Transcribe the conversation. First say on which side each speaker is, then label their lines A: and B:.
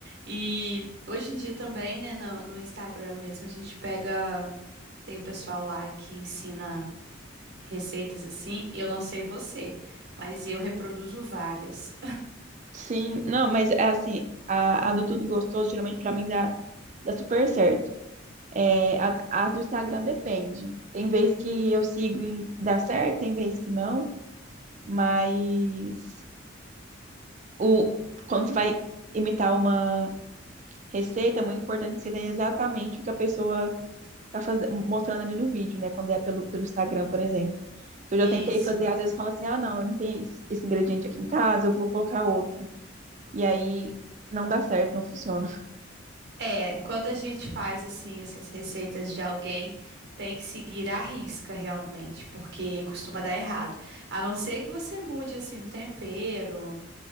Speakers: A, on the right; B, on the right.
A: E hoje em dia também, né, no, no Instagram mesmo, a gente pega. Tem o pessoal lá que ensina receitas assim. Eu não sei você, mas eu reproduzo várias.
B: Sim, não, mas é assim, a, a do tudo gostoso, geralmente pra mim dá, dá super certo. É, a- as do Instagram depende. Tem vez que eu sigo e dá certo, tem vez que não, mas o, quando você vai imitar uma receita, é muito importante você ter exatamente o que a pessoa tá fazendo, mostrando ali no vídeo, né? Quando é pelo, pelo Instagram, por exemplo. Eu já
A: Isso.
B: tentei fazer, às vezes fala assim, ah, não, eu não tenho esse, esse ingrediente aqui em casa, eu vou colocar outro. E aí não dá certo, não funciona.
A: É, quando a gente faz assim essas receitas de alguém, tem que seguir à risca realmente, porque costuma dar errado. A não ser que você mude assim um tempero,